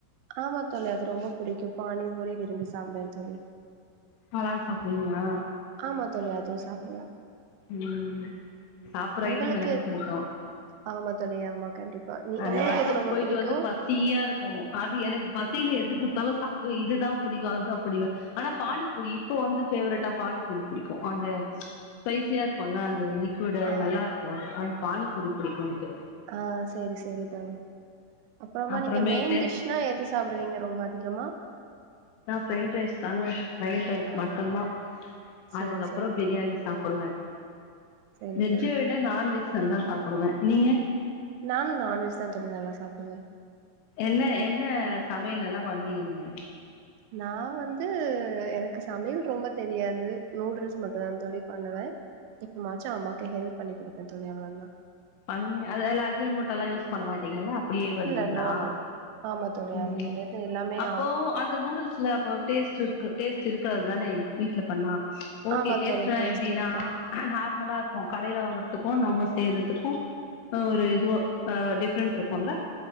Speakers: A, on the right; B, on the left.
A: ஆமா தோழி அது ரொம்ப புடிக்கும் பானி பூரி விரும்பி சாப்பிடுவேன் தோழி
B: காளான் சாப்றீங்களா
A: ஆமா தோழி அதுவும் சாப்பிடுவேன்
B: ம் சாப்பற
A: உங்களுக்கு
B: ஐட்டம் எல்லாமே புடிக்கும்
A: ஆமா தோழி ஆமா கண்டிப்பா நீ
B: அந்த
A: உங்களுக்கு
B: ஒர்க்குக்கு
A: எது ரொம்ப
B: போயிட்டு
A: புடிக்கு
B: வந்து பசியா இருக்கும் அது எனக்கு ப சில எது குடுத்தாலும் சாப்படுவே இதுதான் புடிக்கும் அதுதான் புடிக்கும் ஆனா பானிபூரி இப்ப வந்து பேவரட்டா பானிபூரி புடிக்கும் அந்த ஸபைசியா இருக்கும்லா அந்தலிக் கூடு அது
A: ஆ
B: நல்லா இருக்கும் அது பானிப்பூரி புடிக்கும் எனக்கு
A: ஆ சேரி சேரி தோழி அப்புறமா
B: அப்புறமேட்டு
A: நீங்க மெயின் டிஷ்னா எது சாப்டுவீங்க ரொம்ப அதிகமா
B: ஃப்ரைட் ரைஸ் தாங்க ஃப்ரரைட் ரைஸ்
A: ஆ
B: மட்டும்தான்
A: சேரி
B: அதுக்கப்புறம்
A: சேரி
B: பிரியாணி
A: தோழி
B: சாப்புடுவேன்
A: சேரி
B: வெஜ்ஜை
A: தோழி
B: விட நான் வெஜ் எல்லாம் சாப்பிடுவேன் நீங்க
A: நானும் நான்வெஜ் தான் தோழி நல்லா சாப்பிடுவேன்
B: எல்லா என்ன என்ன சமையல் நல்லா பண்ணுவீங்க நீங்க
A: நான் வந்து எனக்கு சமையல் ரொம்ப தெரியாது நூடுல்ஸ் மட்டும் தான் தோழி பண்ணுவேன் எப்போவாச்சும் அம்மாக்கு ஹெல்ப் பண்ணி குடுப்பேன் தோழி அவ்வளோ தான்
B: அது அதுல்ல அஜ்ன மொட்டோல்லாம் யூஸ் பண்ண மாட்டீங்கள அப்படியே பண்ணுவீங்களா
A: இல்ல நோ நோ ஆமா தோழி
B: ம்
A: ஆமா தோழி அது எல்லாமே
B: அப்போ
A: ஆ
B: அந்த நூடுல்ஸ்ல அப்ப டேஸ்ட் இரு க்கு டேஸ்ட் இருக்காது தானே வீட்ல பண்ணா ஓகே
A: ஆமா
B: டேஸ்ட்னா
A: தோழி டேஸ்ட்
B: எப்படினா
A: இருக்காது
B: நார்மலா இரு கடையில வாங்கறதுக்கும் நம்ம செய்றதுக்கும் ஒரு இதுவ ஆ டிஃப்ரென்ட் இருக்கும்ல